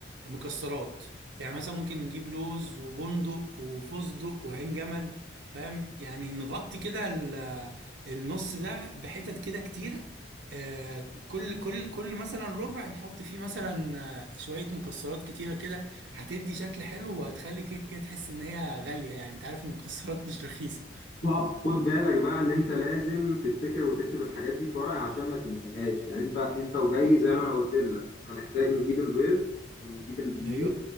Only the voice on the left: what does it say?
طب خد بالك بقى ان انت لازم تفتكر وتكتب الحاجات دي في ورقة عشان ما تنساهاش يعني انت انت وجاي زي ما انا قلت لك هنحتاج نجيب البيض ونجيب الدقيق